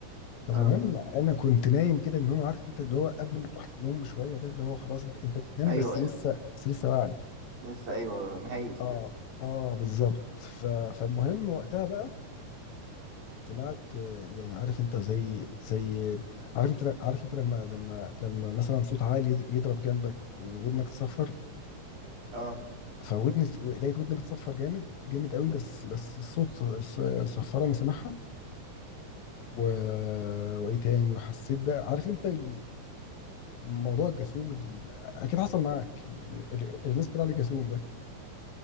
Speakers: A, on the left (about 70°); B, on the right (about 75°).
A: فالمهم
B: اه
A: انا كنت نايم كده ان هم عارف انت اللي هو قبل ما تروح النوم بشويه ده اللي هو خلاص انت انت بتنام
B: ايوه
A: بس
B: ايوه
A: لسه بس لسه واعي
B: لسه ايوه مهيز
A: اه
B: كده
A: اه بالظبط ف- فالمهم وقتها بقى سمعت آه، يعني عارف انت زي زي عارف انت عارف انت لما لما لما مثلا صوت عالي يد- يضرب جنبك وودنك تصفر
B: اه
A: فودني لقيت ودني بتصفر جامد جامد قوي بس بس الصوت ص- ص- صفر انا سامعها و... وايه تاني وحسيت بقى عارف انت ال- موضوع الجاسوم ال... اكيد حصل معاك ال- ال- اللي الناس بتقول عليه جاسوم ده